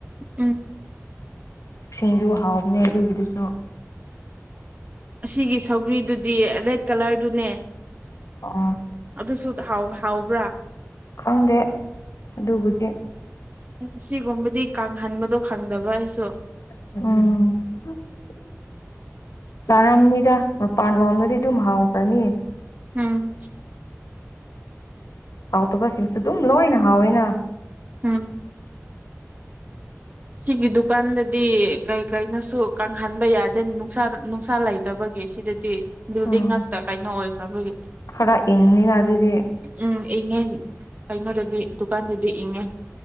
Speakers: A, on the right; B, on the left.
A: ꯎꯝ
B: ꯁꯤꯡꯁꯨꯖꯨ ꯍꯥꯎꯕꯅꯦ ꯑꯗꯨꯒꯤꯗꯨꯁꯨ
A: ꯑꯁꯤꯒꯤ ꯁꯧꯒ꯭ꯔꯤꯗꯨꯗꯤ ꯔꯦꯗ ꯀꯂꯔꯗꯨꯅꯦ
B: ꯑꯣ
A: ꯑꯗꯨꯁꯨ ꯍꯥꯎꯕ꯭ꯔꯥ
B: ꯈꯪꯗꯦ ꯑꯗꯨꯕꯨꯗꯤ
A: ꯑꯁꯤꯒꯨꯝꯕꯗꯤ ꯀꯥꯡꯍꯟꯕꯗꯣ ꯈꯪꯗꯕ ꯑꯩꯁꯨ
B: ꯑꯣ ꯆꯥꯔꯝꯅꯤꯗ ꯃꯄꯥꯟ ꯂꯣꯝꯗꯗꯤ ꯑꯗꯨꯝ ꯍꯥꯎꯈ꯭ꯔꯅꯤ
A: ꯎꯝ
B: ꯍꯥꯎꯇꯕ ꯁꯤꯡꯁꯨ ꯑꯗꯨꯝ ꯂꯣꯏꯅ ꯍꯥꯎꯋꯦꯅ
A: ꯎꯝ ꯁꯤꯒꯤ ꯗꯨꯀꯥꯟꯗꯗꯤ ꯀꯩ ꯀꯩꯅꯣꯁꯨ ꯀꯪꯍꯟꯕ ꯌꯥꯗꯦ ꯅꯨꯡꯁꯥ ꯅꯨꯡꯁꯥ ꯂꯩꯇꯕꯒꯤ ꯁꯤꯗꯗꯤ ꯕꯤꯜꯗꯤꯡ
B: ꯎꯝ
A: ꯉꯥꯛꯛꯇ ꯀꯩꯅꯣ ꯑꯣꯏ ꯇꯕꯨꯒꯤ
B: ꯈꯔ ꯑꯦꯉꯅꯤꯅ ꯑꯗꯨ ꯑꯗꯨꯗꯤꯦ
A: ꯎꯝ ꯏꯪꯉꯦ ꯀꯩꯅꯣꯗꯗꯤ ꯗꯨꯀꯥꯟꯗꯗꯤ ꯏꯪꯉꯦ